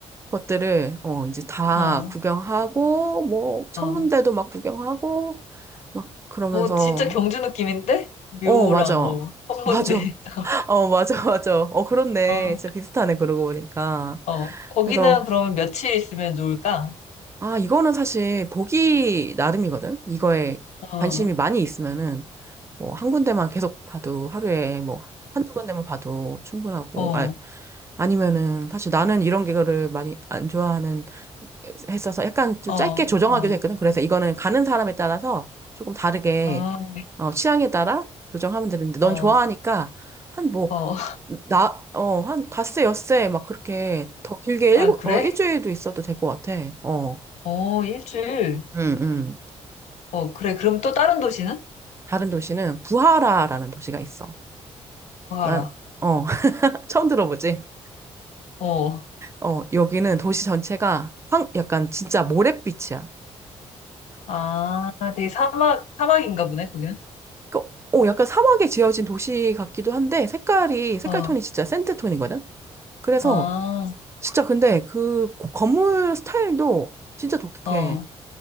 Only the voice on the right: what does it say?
것들을, 어, 이제 다
구경하고, 뭐, 천문대도
막 구경하고, 막, 그러면서,
어, 맞아.
맞아.
<laughs> 어, 맞아, 맞아. 어, 그렇네.
진짜 비슷하네, 그러고 보니까.
그래서,
아, 이거는 사실 보기 나름이거든? 이거에
관심이 많이 있으면은. 뭐 한 군데만 계속 봐도 하루에 뭐 한두 군데만 봐도 충분하고
아 아니면은 사실 나는 이런 거를 많이 안 좋아하는 했어서 약간 좀
짧게 조정하기도
했거든. 그래서 이거는 가는 사람에 따라서 조금 다르게
어 취향에 따라 조정하면 되는데 넌
좋아하니까 한 뭐
나 어 한 닷새 엿새 막 그렇게 더 길게
일,
어 일주일도 있어도 될 것 같아. 어.
음, 음.
다른 도시는 부하라라는 도시가 있어.
난 어 <laughs> 처음 들어보지?
어, 여기는 도시 전체가 황, 약간 진짜 모래빛이야.
그, 어, 약간 사막에 지어진 도시 같기도 한데 색깔이, 색깔
톤이 진짜 샌드 톤이거든? 그래서
진짜 근데 그 고- 건물 스타일도 진짜 독특해.